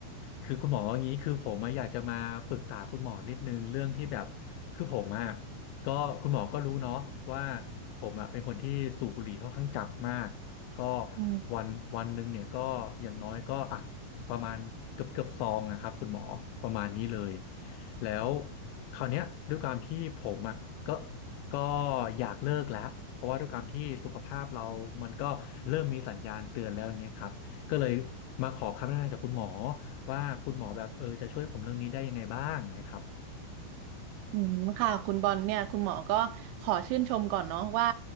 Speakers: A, on the left; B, on the right.
A: คือคุณหมออย่างนี้คือผมอะอยากจะมาปรึกษาคุณหมอนิดนึงเรื่องที่แบบคือผมอะก็คุณหมอก็รู้เนาะว่าผมอะเป็นคนที่สูบบุหรี่ค่อนข้างจัดมากก็
B: อืม
A: วันวันหนึ่งเนี่ยก็อย่างน้อยก็อ่ะประมาณเกือบเกือบซองนะครับคุณหมอประมาณนี้เลยแล้วคราวเนี้ยด้วยความที่ผมอ่ะก็ ก็อยากเลิกแล้วเพราะว่าด้วยความที่สุขภาพเรามันก็เริ่มมีสัญญาณเตือนแล้วอย่างเงี้ยครับก็เลยมาขอคำแนะนำจากคุณหมอว่าคุณหมอแบบเออจะช่วยผมเรื่องนี้ได้ยังไงบ้างอย่างเงี้ยครับ
B: อืมค่ะคุณบอลเนี่ยคุณหมอก็ขอชื่นชมก่อนเนาะว่า